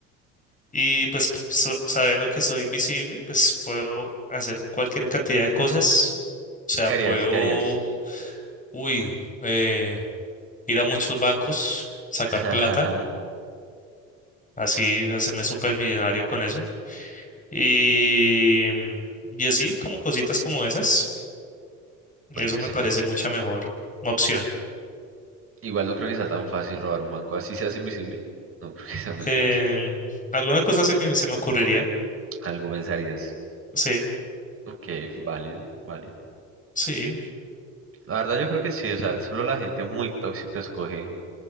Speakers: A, on the left; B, on the right.
A: Y pues so- sabiendo que soy invisible, pues puedo hacer cualquier cantidad de cosas. O sea,
B: ¿Qué harías?
A: puedo,
B: ¿Qué harías?
A: uy, eh, ir a muchos bancos, sacar
B: <laughs>
A: plata, así hacerme supermillonario con eso. Y, y así como cositas como esas, eso
B: Puede
A: me
B: ser.
A: parece mucha mejor opción.
B: Igual no creo que sea tan fácil robar un banco. Así seas invisible. No creo que sea muy
A: Em,
B: fácil.
A: alguna cosa se me, se me ocurriría.
B: Algo pensarías.
A: Sí,
B: Ok, válido, válido.
A: sí.
B: La verdad yo creo que sí. O sea, solo la gente muy tóxica escoge